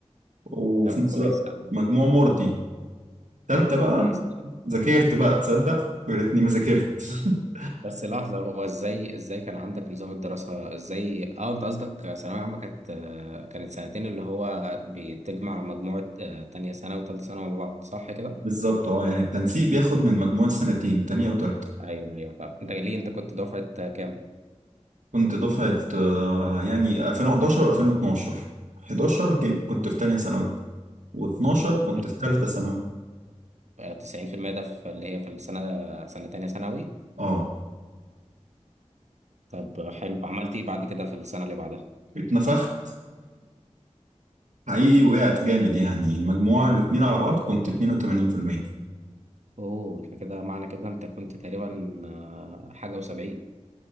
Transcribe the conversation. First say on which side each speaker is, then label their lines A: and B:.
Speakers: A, on the right (about 90°); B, on the right (about 70°).
A: وفي
B: طب
A: نفس
B: كويس
A: الوقت
B: أوي
A: مجموع مرضي تالتة بقى
B: كويس
A: ذاكرت بقى تصدق ويا ريتني ما ذاكرت <laughs>
B: بس لحظة هو ازاي ازاي كان عندك نظام الدراسة ازاي اه انت قصدك ثانوية عامة كانت آه، كانت سنتين اللي هو بتجمع مجموعة آه، تانية سنة وتالتة سنة مع بعض صح كده؟
A: بالظبط اه يعني التنسيق بياخد من مجموع السنتين تانية وتالتة
B: ايوه ايوه فاهم انت ليه انت كنت دفعة آه، كام؟
A: كنت دفعة آه، يعني 2011 و2012 11 كنت كنت في تانية ثانوي و12 كنت
B: حلو.
A: في تالتة ثانوي
B: آه، 90% ده في اللي هي في السنة سنة تانية ثانوي
A: اه
B: طب آه، حلو عملت ايه بعد كده في السنة اللي بعدها؟
A: اتنفخت حقيقي وقعت جامد يعني مجموع الاتنين على بعض كنت 82%
B: اوه ده كده معنى كده انت كنت تقريبا آه، حاجة و70 في